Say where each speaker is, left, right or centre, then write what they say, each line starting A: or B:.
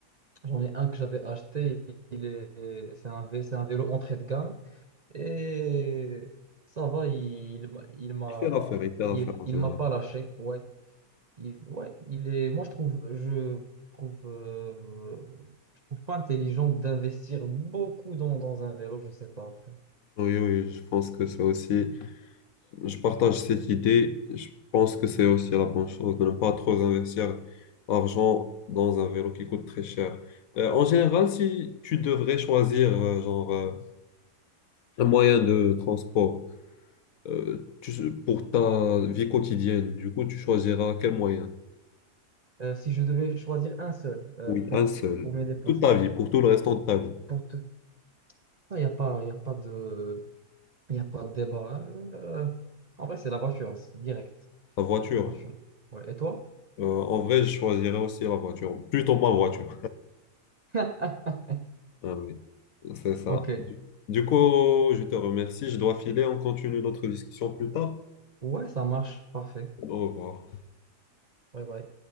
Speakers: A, on the right (about 50°); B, on the left (about 65°).
A: J'en ai un que j'avais acheté, il est, c'est un, vé- c'est un vélo entrée de gamme et ça va, il, m'a- il m'a
B: Il fait l'affaire, il fait l'affaire
A: il,
B: en
A: il
B: général.
A: m'a pas lâché, ouais. Il, ouais, il est, moi je trouve, je trouve, euh, je trouve pas intelligent d'investir beaucoup dans, dans un vélo, je sais pas après.
B: Oui, oui, je pense que c'est aussi, je partage cette idée. Je pense que c'est aussi la bonne chose de ne pas trop investir l'argent dans un vélo qui coûte très cher. Euh, en général, si tu devrais choisir euh, genre euh, un moyen de transport euh, tu- pour ta vie quotidienne, du coup, tu choisiras quel moyen?
A: Euh, si je devais choisir un seul euh,
B: Oui,
A: pour,
B: un seul.
A: pour mes déplacements,
B: Pour Toute ta vie, pour tout le restant de ta vie.
A: pour tout, il y a pas, y a pas de, y a pas de débat. hein. Euh, en vrai, c'est la voiture, c'est direct.
B: La voiture.
A: La voiture. Ouais. Et toi?
B: Euh, en vrai, je choisirais aussi la voiture, plutôt ma voiture.
A: <laughs>
B: Ah oui, c'est ça.
A: Ok.
B: Du du coup, je te remercie. Je dois filer. On continue notre discussion plus tard.
A: Ouais, ça marche. Parfait.
B: Au revoir.
A: Ouais, bah,